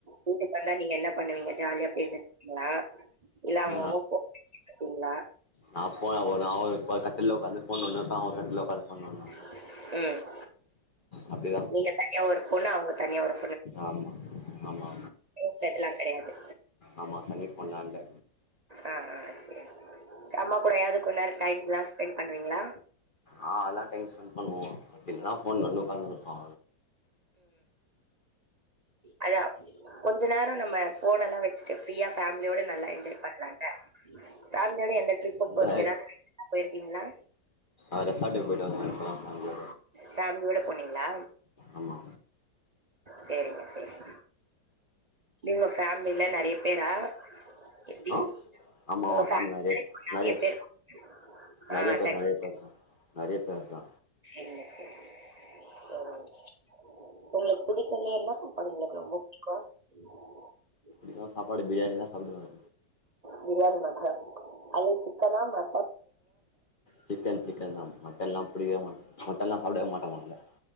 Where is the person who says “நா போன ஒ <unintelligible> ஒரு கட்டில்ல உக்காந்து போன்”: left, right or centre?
Left